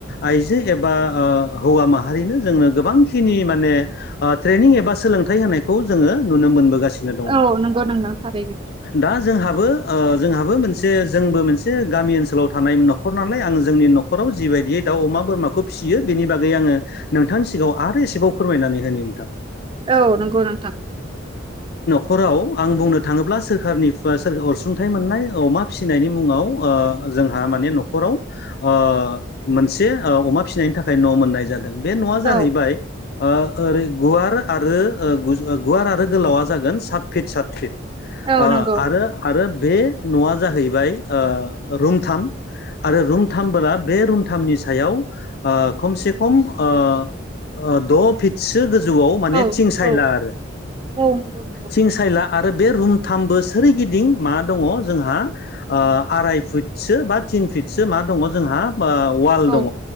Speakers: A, on the left; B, on the right.
A: आइजो एबा ओ हौवा माहारिनि जोंनो गोबांखिनि माने ओ ट्रेनिं एबा सोलोंथाइ होनायखौ जोङो नुनो मोनबोगा सिनो दङ।
B: औ नंगौ नोंथां थारैनो
A: दा जोंहाबो ओ जोंहाबो मोनसे जोंबो मोनसे गामि ओनसोलाव थानाय न'खर नालाय आं जोंनि न'खराव जिबायदियै दाउ अमा बोरमाखौ फिसियो बेनि बागै आङो नोंथांनि सिगाङाव आरो एसेबाव फोरमायनानै होनि नोंथां
B: औ नंगौ नोंथां।
A: हराव आं बुंनो थाङोब्ला सोरखारनिफाइ सोर अनसुंथाइ मोननाय अमा फिसिनायनि मुङाव ओ जोंहा माने न'खराव ओ मोनसे ओ अमा फिनायनि थाखाय न' मोननाय जा दों। बे न'आ जाहैबाय
B: औ
A: ओ ओरै गुवार आरो ओ गुज ओ गुवार आरो गोलावा जागोन सात फिट सात फिट
B: औ
A: ओ
B: नंगौ
A: आरो आरो बे न'आ जाहैबाय ओ रुमथाम आरो रुमथामबोला बे रुमथामनि सायाव ओ खमसेखम ओ ओ द' फितसो गो जौआव माने
B: औ
A: थिं सायला
B: औ
A: आरो।
B: औ नंगौ नोंथां
A: थिं सायला आरो बे रुमथामबो सोरिगिदिं मा दङ जोंहा ओ आराय फुटसो बा टिन फिटसो मा दङ जोंहा ओ वाल
B: औ
A: दङ